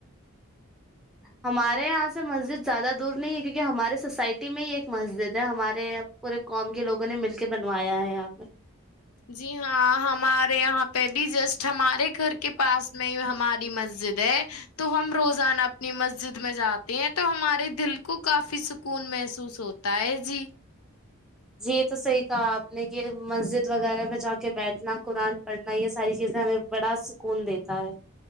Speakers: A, in the centre; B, on the left.
A: ہمارے یہاں سے مسجد زیادہ دور نہیں ہے کیونکہ ہمارے سوسائٹی میں ہی ایک مسجد ہے ہمارے پورے قوم کے لوگوں نے مل کے بنوایا ہے یہاں پہ
B: جی ہاں ہمارے یہاں پہ بھی جسٹ ہمارے گھر کے پاس میں ہماری مسجد ہے تو ہم روزانہ اپنی مسجد میں جاتے ہیں تو ہمارے دل کو کافی سکون محسوس ہوتا ہے جی
A: جی یہ تو صحیح کہا آپ نے کہ مسجد وغیرہ پہ جا کے بیٹھنا قرآن پڑھنا یہ ساری چیزیں ہمیں بڑا سکون دیتا ہے